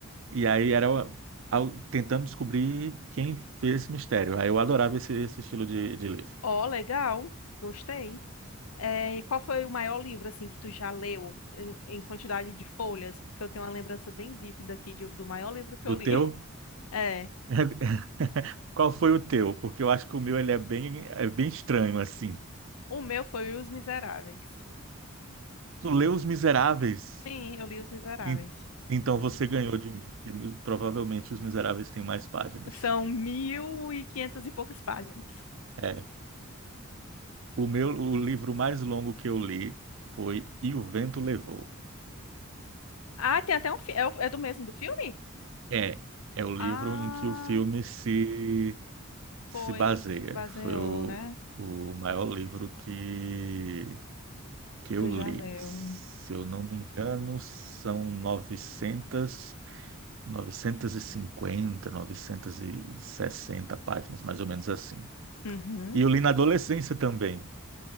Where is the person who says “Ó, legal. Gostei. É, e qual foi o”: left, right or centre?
Left